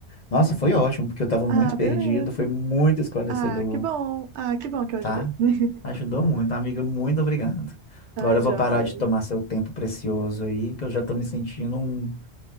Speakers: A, on the left (about 45°); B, on the right (about 85°).
A: Nossa, foi ótimo, porque eu estava
B: Ah,
A: muito perdido.
B: beleza.
A: Foi muito esclarecedor,
B: Ah, que bom. Ah, que bom que eu
A: tá?
B: ajudei. <laughs>
A: Ajudou muito. Amiga, muito obrigado.
B: Tá
A: Agora eu
B: joia.
A: vou parar de tomar seu tempo precioso aí, que eu já estou me sentindo um.